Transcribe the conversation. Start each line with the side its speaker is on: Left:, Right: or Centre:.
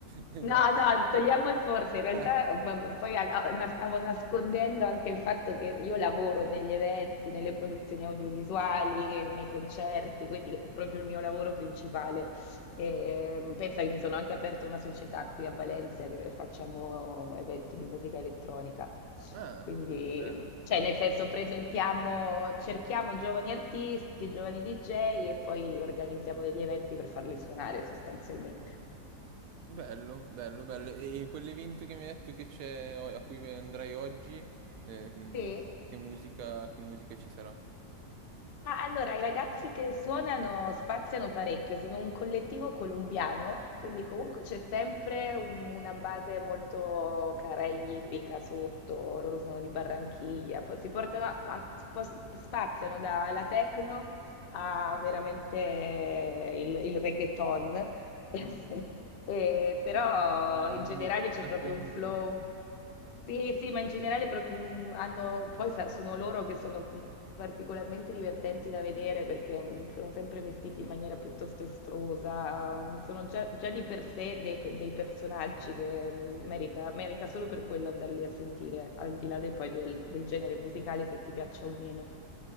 Right: Esatto.
Left: No, no, togliamo il forse, in realtà
Right: Eh,
Left: eh, p- poi a- a- na- stavo nascondendo anche il fatto che io lavoro negli eventi, nelle produzioni audiovisuali, nei concerti, quindi è proprio il mio lavoro principale. E, pensa che mi sono anche aperta una società qui a Valencia che facciamo eventi di musica elettronica.
Right: ah,
Left: Quindi,
Right: bello,
Left: cioè, nel senso, presentiamo, cerchiamo giovani artisti, giovani DJ e poi organizziamo degli eventi per farli suonare sostanzialmente.
Right: bello, bello, bello. E, e quell'evento che mi hai detto che c'è, o- a cui andrai oggi, eh, che,
Left: Sì?
Right: che musica, che musica ci sarà?
Left: Ma allora, i ragazzi che suonano spaziano parecchio, sono un collettivo colombiano, quindi comunque c'è sempre un- una base molto caraibica sotto, loro sono di Barranchiglia, poi si portano, a- ma spos- spaziano dalla techno a veramente il, il reggaeton. <laughs> Eh, però
Right: Un mix, eh,
Left: in
Right: un
Left: generale
Right: mix,
Left: c'è
Right: una
Left: proprio
Right: combo.
Left: un flow. Sì, sì, ma in generale proprio un- hanno, poi sa- sono loro che sono mm, particolarmente divertenti da vedere perché mm, sono sempre vestiti in maniera piuttosto estrusa, mm, sono già, già di per sé dei, dei personaggi che mm, merita, merita solo per quello andarli a sentire, al di là del, poi del, del genere musicale, se ti piaccia o meno.